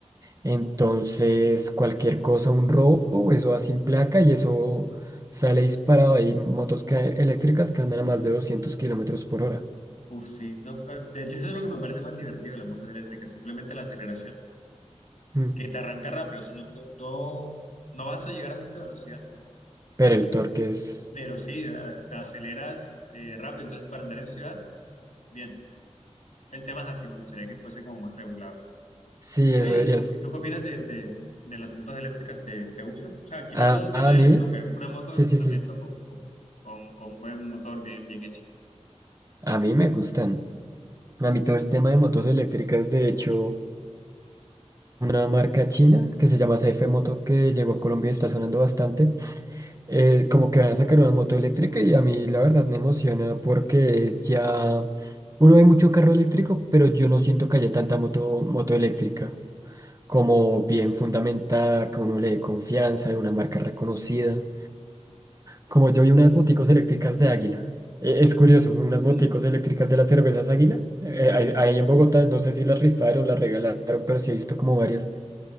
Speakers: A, on the right; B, on the left.
A: Entonces, cualquier cosa, un robo, eso va sin placa y eso sale disparado. Hay motos que- eléctricas que andan a más de 200 kilómetros por hora.
B: Uf, sí. No, pe- de hecho, eso es lo que me parece más divertido de las motos eléctricas, simplemente la aceleración,
A: Mm,
B: que te arranca rápido. O sea, no, no, no, no vas a llegar a mucha velocidad,
A: Pero el torque es...
B: pero sí, a- te aceleras eh, rápido. Entonces, para andar en ciudad, bien. El tema es así, me gustaría que fuese como más regulado.
A: Sí,
B: Oye,
A: eso deberías.
B: ¿y tú, y tú qué opinas de, de, de las motos eléctricas? ¿Te, te gustan? O sea, quitando
A: A,
B: el
A: a
B: tema del
A: mí,
B: Stuker, una moto
A: sí,
B: de fundamento
A: sí, sí.
B: con, con, con, con buen motor bien, bien hecha.
A: A mí me gustan. A mí todo el tema de motos eléctricas, de hecho, una marca china que se llama CF Moto que llegó a Colombia y está sonando bastante. eh, como que van a sacar una moto eléctrica y a mí la verdad me emociona porque ya uno ve mucho carro eléctrico, pero yo no siento que haya tanta moto, moto eléctrica como bien fundamentada, que uno le dé confianza de una marca reconocida. Como yo vi unas moticos eléctricas de Águila. Eh, Es curioso, unas
B: Mm,
A: moticos eléctricas de las cervezas Águila. eh, eh, ahí
B: Sí.
A: ahí en Bogotá, no sé si las rifaron, las regalaron, pero sí he visto como varias.